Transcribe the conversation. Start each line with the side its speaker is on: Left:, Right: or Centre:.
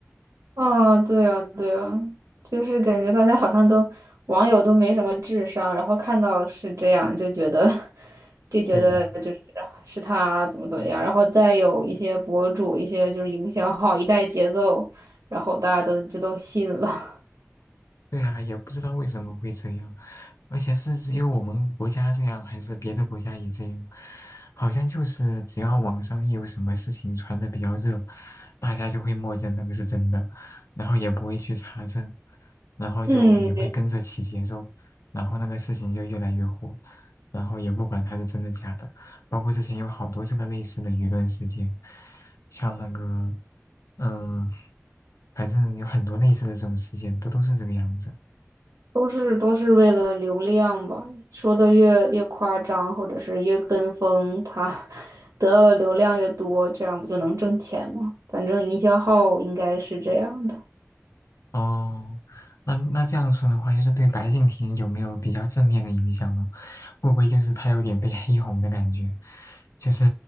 Right: 哦，对啊，对啊，就是感觉大家好像都网友都没什么智商，然后看到是这样就觉得 <laughs> 就觉得就是是他怎么怎么样，
Left: 对，
Right: 然后再有一些博主、一些就是营销号一带节奏，然后大家都就都信了
Left: 对啊，也不知道为什么会这样，而且是只有我们国家这样，还是别的国家也这样？好像就是只要网上一有什么事情传的比较热，大家就会默认那个是真的，然后也不会去查证，然后就也会跟着起节奏，
Right: <laughs>。嗯，对
Left: 然后那个事情就越来越火，然后也不管它是真的假的。包括之前有好多这个类似的舆论事件，像那个嗯，反正有很多类似的这种事件，都都是这个样子。
Right: 都是都是为了流量吧，说的越越夸张，或者是越跟风，他 <laughs> 得到的流量越多，这样不就能挣钱吗？反正营销号应该是这样的。
Left: 哦，那那这样说的话，就是对白敬亭有没有比较正面的影响呢？会不会就是他有点被黑红的感觉？就是